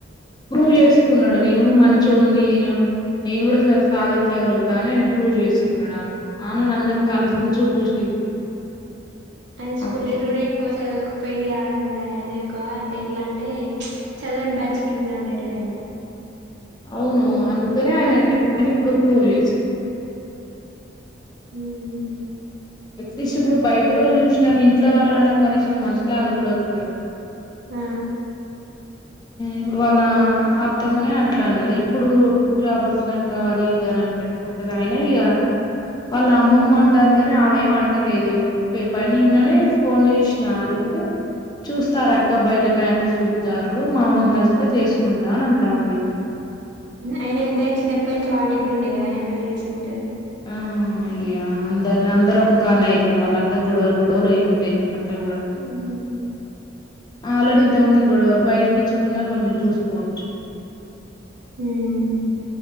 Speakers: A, on the left (about 20°); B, on the right (about 65°).
A: ప్రూవ్ చేసుకున్నాడు నేను మంచోన్ని నేను కూడా సాధించగలుగుతా అని ఆ ప్రూవ్ చేసుకున్నాడు అన్న అన్న అందరు చాలా చిన్న చూపు చూసిర్రు
B: ఆయన స్కూల్
A: అప్పుడు
B: డేస్ లో కూడా ఎక్కువ చదువుకపోయిదియా అనే ఒక అంటే ఎట్లా అంటే చదువని బ్యాచ్ కింద ఉండేటోదు ఆయనే
A: అవును అందుకనే ఆయన ఇప్పుడు ఫరు చేసుకు
B: హ్మ్మ్
A: ఎట్లీస్ట్ ఇప్పుడు బయట వాళ్ళు చూసిన కానీ ఇంట్లో వాళ్ళన్నా కనీసం మనుషిలా చూడొచ్చు
B: ఆ
A: ఇప్పుడు వాళ్ళ అత్తమ్మనే అట్లా అన్నది ఇప్పుడు జాబ్ వచ్చినాక అది ఇదని అంటే ఎట్లా అంటది అయినా ఇక వాళ్ళ అమ్మమ్మ అంటుంది కాని ఆమె ఏం అంటలేదు నిన్ననే ఫోన్ చేసినా అడిగితే చూస్తారు అక్క బయట మ్యాచెస్ చూస్తారు మా అమ్మకు నచ్చితే చేసుకుంటా అని అంటాంది
B: ఆయన ఎంత చిన్నప్పయి నుంచి వాళ్ళ దగ్గర ఉండేగా ఆయన ఎట్లా చేసుకుంటాడు
A: ఆ అయ అందరిని అందరుూ ఒక కాన్న అవుతారు మళ్ళ అంత గొడవలు గొడవలు అయిన ఉంటాయి అట్లా కూడా
B: హ్మ్.
A: ఆల్రెడీ ఇంత ముందు గొడవలు బయటికి ఇచ్చుకున్నా కొంచెం చూసుకోవచ్చు
B: హ్మ్మ్